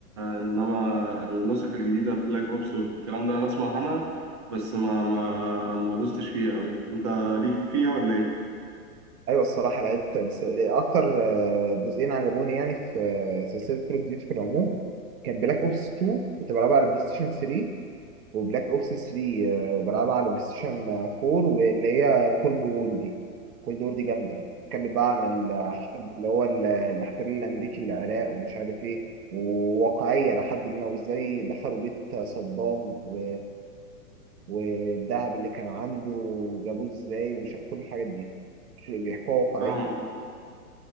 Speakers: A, on the right (about 20°); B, on the right (about 75°).
A: إنما النسخ الجديدة بلاك أوبس والكلام ده أنا أسمع عنها بس ما ما ما دوستش فيها أوي أنت ليك فيها ولا إيه؟
B: ايوه الصراحه لعبت بس اكتر آه، جزئين عجبوني يعني في آه، سلسله كول اوف ديوتي في العموم كان بلاك اوبس 2 كنت بلعبها على بلاي ستيشن 3 وبلاك اوبس 3 آه، بلعبها على بلاي ستيشن 4 واللي هي كولد وور دي كولد وور دي جامده اتكلم بقى عن ال- اللي هو ال- الاحتلال الامريكي للعراق ومش عارف ايه وواقعيه لحد ما وازاي دخلوا بيت صدام و... والذهب اللي كان عنده جابوه ازاي ومش عارف كل الحاجات دي بيحكوها واقعية
A: فاهمك